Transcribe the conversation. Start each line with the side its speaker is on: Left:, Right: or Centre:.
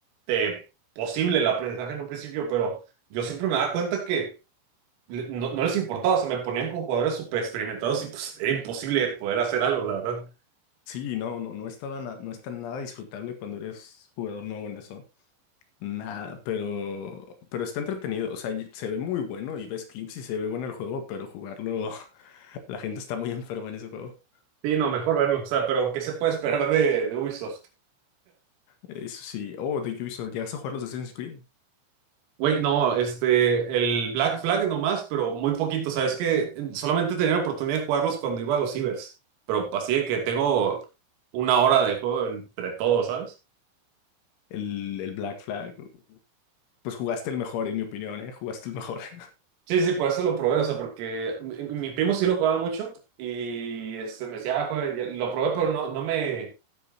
Right: eh, posible el aprendizaje en un principio, pero yo siempre me daba cuenta que le- no, no les importaba, se me ponían con jugadores súper experimentados y pues era imposible poder hacer algo, la verdad.
Left: Sí, no, no, no estaba na- no está nada disfrutable cuando eres jugador nuevo en eso. Nada, pero, pero está entretenido. O sea, y- se ve muy bueno y ves clips y se ve bueno el juego, pero jugarlo, <laughs> la gente está muy enferma en ese juego.
Right: Sí, no, mejor verlo. O sea, pero ¿qué se puede esperar de, de Ubisoft?
Left: Eso sí. Oh, The Ubisoft, ¿llegas a jugar los Assassin's Creed?
Right: Güey, no, este, el Black Flag nomás, pero muy poquito, o sea, es que solamente tenía la oportunidad de jugarlos cuando iba a los cibers, pero así de que tengo una hora de juego entre todos, ¿sabes?
Left: El, el Black Flag. Pues jugaste el mejor, en mi opinión, ¿eh? Jugaste el mejor. <laughs>
Right: Sí, sí, por eso lo probé, o sea, porque mi, mi primo sí lo jugaba mucho y este, me decía, ah, juega", y ya- lo probé, pero no, no me,